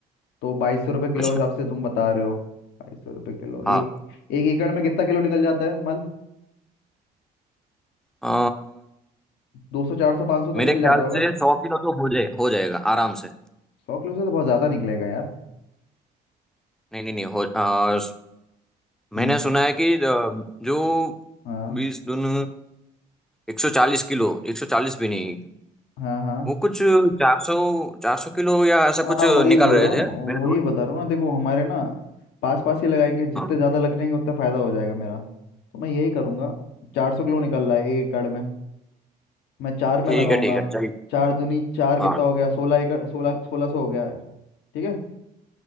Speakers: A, on the left; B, in the centre.
A: तो बाईस सौ रुपये किलो
B: अच्छा
A: हिसाब से तुम बता रहे हो बाईस सौ रुपये किलो
B: हाँ
A: एक एक एकड़ में कितना किलो निकल जाता है माल
B: अ,
A: दो सौ चार सौ पाँच सौ तो
B: मेरे
A: निकल
B: ख्याल
A: जाता होगा
B: से सौ किलो तो हो जाए हो जाएगा आराम से
A: सौ किलो से तो बहुत ज़्यादा निकलेगा यार
B: नहीं नहीं नहीं हो अ, मैंने
A: हम्म
B: सुना है कि अ, जो
A: हाँ
B: बीस दून एक सौ चालीस किलो एक सौ चालीस भी नहीं
A: हाँ हाँ
B: वो कुछ चार सौ चार सौ किलो या ऐसा
A: हाँ
B: कुछ
A: वही
B: निकाल
A: बोल
B: रहे
A: रहा हूँ
B: थे मेरे दोस्त
A: वही बता रहा हूँ ना देखो हमारे ना पास पास ही लगाएंगे जितने
B: हाँ
A: ज़्यादा लग जाएंगे उतना फ़ायदा हो जाएगा मेरा तो मैं यही करूँगा चार सौ किलो निकल रहा है एक एकड़ में मैं चार में
B: ठीक
A: लगाऊंगा
B: है ठीक है चलिए
A: चार दूनी चार कितना
B: हाँ
A: हो गया सोलह एकड़ सोलह सोलह सौ हो गया ठीक है